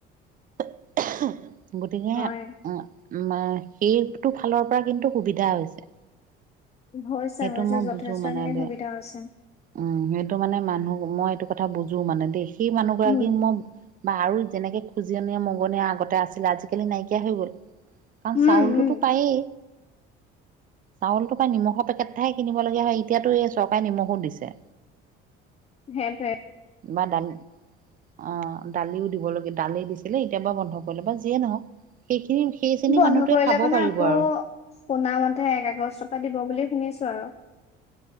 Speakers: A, on the right; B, on the left.
A: <unintelligible> গতিকে
B: হয়
A: ম' মা সেইটো ফালৰ পৰা কিন্তু সুবিধা হৈছে।
B: হৈছে,
A: সেইটো
B: হৈছে,
A: মই
B: যথেষ্টখিনি
A: বুজো মানে দে
B: সুবিধা হৈছে।
A: উম সেইটো মানে মানুহ মই এইটো কথা বুজো মানে দেই। সেই মানুহ গৰাকীক
B: উম
A: ম বা, আৰু যেনেকে খুজনিয়, মগনীয়া আগতে আছিল আজিকালি নাইকিয়া হৈ গ'ল। কাৰণ
B: উম
A: চাউলটোতো
B: উম
A: পায়েই। চাউলটো পাই নিমখৰ পেকেট এটাহে কিনিব লগীয়া হয়, এতিয়াতো এই চৰকাৰে নিমখো দিছে।
B: সেইটোয়ে।
A: বা দালি অ', দালিও দিব ললে দালিও দিছিলে এতিয়াৰ পৰা বন্ধ কৰিলে বাৰু যিয়ে নহওঁক সেইখিনি সেইখিনি
B: বন্ধ
A: মানুহটোৱে
B: কৰিলে
A: খাব
B: মানে
A: পাৰিব
B: আকৌ
A: আৰু
B: শুনা মতে একআগষ্ট ৰ পৰা দিব বুলি শুনিছ ছোঁ আৰু